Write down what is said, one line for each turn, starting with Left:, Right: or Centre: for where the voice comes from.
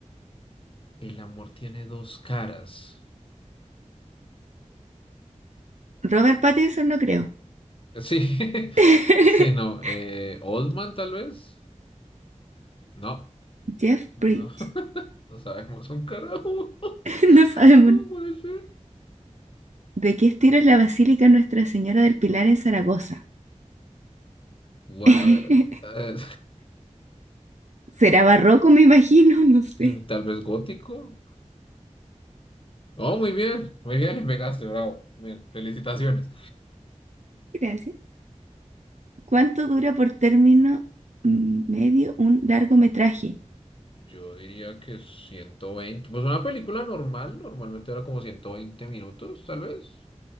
Left: El amor tiene dos caras.
Right: Robert Pattinson no creo.
Left: Sí, <laughs>
Right: <laughs>
Left: sí, no. eh, Oldman, tal vez. No,
Right: Jeff
Left: no,
Right: Bridges,
Left: <laughs> no sabemos un carajo. <laughs>
Right: <laughs> No sabemos.
Left: No puede ser.
Right: ¿De qué estilo es la Basílica Nuestra Señora del Pilar en Zaragoza?
Left: Bueno,
Right: <laughs>
Left: eh, eh,
Right: ¿Será barroco, me imagino? <laughs> No
Left: <laughs>
Right: sé.
Left: tal vez gótico. Oh, muy bien, muy bien, <laughs> le pegaste, bravo. Bien, felicitaciones.
Right: Gracias. ¿Cuánto dura por término mm, medio un largometraje?
Left: Yo diría que ciento veinte Pues una película normal, normalmente era como 120 minutos, tal vez.